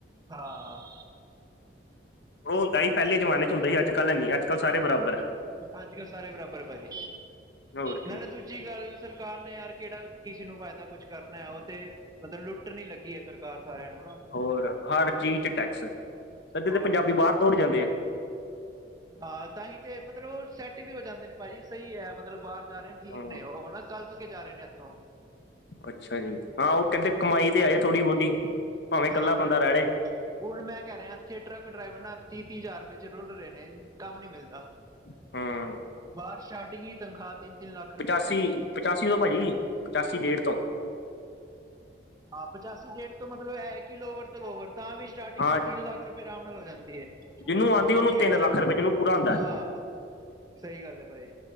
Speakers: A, on the right (about 20°); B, on the left (about 65°).
A: ਹਾਂ।
B: ਉਹ ਹੁੰਦਾ ਸੀ ਪਹਿਲੇ ਜਮਾਨੇ ਚ ਹੁੰਦਾ ਸੀ। ਅੱਜ- ਕੱਲ ਹੈ ਨ ਅੱਜ- ਕੱਲ ਸਾਰੇ ਬਰਾਬਰ ਹੈ
A: ਅੱਜ -ਕੱਲ ਸਾਰੇ ਬਰਾਬਰ ਭਾਜੀ,
B: ਹੋਰ ਕੀ
A: ਨਾਲੇ ਤੂ ਜੀ ਗੱਲ ਸਰਕਾਰ ਨੇ ਯਾਰ ਕਿਹੜਾ ਕਿਸੇ ਨੂੰ ਫਾਇਦਾ ਕੁਛ ਕਰਨਾ ਉਹ ਤੇ ਮਤਲਬ ਲੁੱਟਣ ਹੀ ਲੱਗੀ ਹੈ ਸਰਕਾਰ ਸਾਰਿਆਂ ਨੂੰ, ਹਨਾ।
B: ਹੋਰ ਹਰ ਚੀਜ਼ 'ਚ ਟੈਕਸ, ਅੱਧੇ
A: ਹੋਰ
B: ਤਾਂ ਪੰਜਾਬੀ ਬਾਹਰ ਦੌੜ ਜਾਂਦੇ ਆ।
A: ਹਾਂ, ਤਾਂਹੀ ਤੇ ਮਤਲਬ ਉਹ ਸੈੱਟ ਵੀ ਹੋ ਜਾਂਦੇ ਨੇ ਭਾਜੀ, ਸਹੀ ਹੈ ਮਤਲਬ ਬਾਹਰ ਜਾ ਰਹੇ ਨੇ ਠੀਕ
B: ਹਾਂ
A: ਨੇ, ਉਹ ਨਾ ਕਲਪ ਕੇ ਜਾ ਰਹੇ ਨੇ ਇੱਥੋਂ।
B: ਅੱਛਾ ਜੀ, ਹਾਂ ਉਹ ਕਹਿੰਦੇ ਕਮਾਈ ਤੇ
A: ਹਾਂ
B: ਆਏ ਥੋੜ੍ਹੀ -ਬਹੁਤੀ ਭਾਵੇਂ ਇਕੱਲਾ
A: ਹਾਂ
B: ਬੰਦਾ
A: ਬਿਲਕੁਲ
B: ਰਹਿ ਲੇ।
A: ਹੁਣ ਮੈਂ ਕਹਿ ਰਿਹਾ ਇੱਥੇ ਟਰੱਕ ਡਰਾਈਵਰ ਨਾਲ ਤੀਹ -ਤੀਹ ਹਜ਼ਾਰ ਰੁਪਏ ਚ ਰੁਲ ਰਹੇ ਨੇ, ਕੰਮ ਨੀ ਮਿਲਦਾ।
B: ਹੂੰ
A: ਬਾਹਰ ਸਟਾਰਟਿੰਗ ਹੀ ਤਨਖਾਹ ਤਿੰਨ -ਤਿੰਨ ਲੱਖ ਰੁਪਏ
B: ਪਚਾਸੀ
A: ਭਾਜੀ।
B: ਪਚਾਸੀ ਤੋਂ ਭਾਜੀ, ਪਚਾਸੀ ਡੇਢ ਤੋਂ
A: ਹਾਂ ਪਚਾਸੀ ਡੇਟ ਤੋਂ ਮਤਲਬ ਹੈ ਕਿ ਲੋਵਰ ਤੋਂ ਲੋਵਰ ਤਾਂ ਵੀ ਸਟਾਰਟਿੰਗ
B: ਹਾਂ
A: ਦੀ ਤਿੰਨ ਲੱਖ ਰੁਪਏ ਆਰਾਮ ਨਾਲ ਹੋ ਜਾਂਦੀ ਹੈ।
B: ਜਿਹਨੂੰ ਆਉਂਦੀ ਉਹਨੂੰ
A: ਕੀਮਤ
B: ਤਿੰਨ ਲੱਖ ਰੁਪਏ ਜਿਹਨੂੰ ਪੂਰਾ ਆਉਂਦਾ।
A: ਹਾਂ ਸਹੀ ਗੱਲ ਹੈ ਭਾਜੀ,